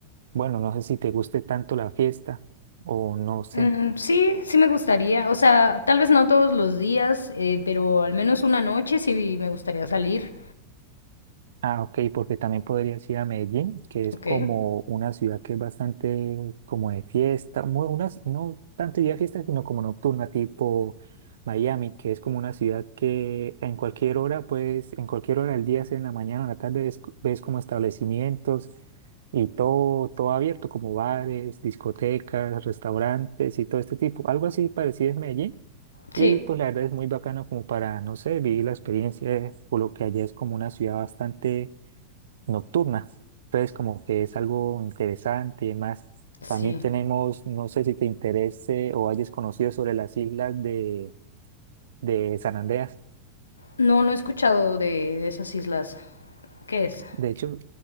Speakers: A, on the right; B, on the left.
A: bueno, no sé si te guste tanto la fiesta o no sé.
B: Mm, sí, sí me gustaría. O sea, tal vez no todos los días, eh, pero al menos una noche sí me gustaría salir.
A: Ah, ok, porque también podrías ir a Medellín, que es
B: Ok.
A: como una ciudad que es bastante como de fiesta, muy, unas, no tanto día de fiesta, sino como nocturna, tipo Miami, que es como una ciudad que en cualquier hora, pues en cualquier hora del día, sea en la mañana o en la tarde, ves, ves como establecimientos y todo, todo abierto, como bares, discotecas, restaurantes y todo este tipo. Algo así parecido es Medellín. Y
B: Sí,
A: pues la verdad es muy bacano como para, no sé, vivir la experiencia, por lo que allá es como una ciudad bastante nocturna. Entonces, como que es algo interesante y demás.
B: sí.
A: También tenemos, no sé si te interese o hayas conocido sobre las islas de, de San Andreas.
B: No, no he escuchado de, de esas islas. ¿Qué es?
A: De hecho,